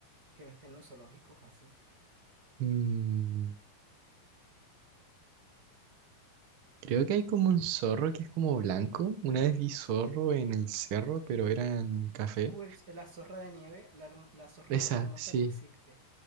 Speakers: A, on the right (about 35°); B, on the right (about 75°).
A: que no esté en los zoológicos así.
B: Mm, creo que hay como un zorro que es como blanco. Una vez vi zorro en el cerro, pero era en café.
A: Uh, el- la zorra de nieve, la, herm- la zorra
B: Esa,
A: más hermosa
B: sí,
A: que existe.